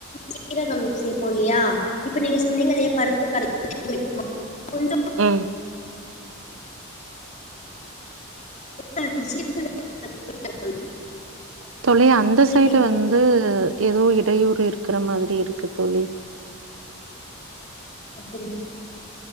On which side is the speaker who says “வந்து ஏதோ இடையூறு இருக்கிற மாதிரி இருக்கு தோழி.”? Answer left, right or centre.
Right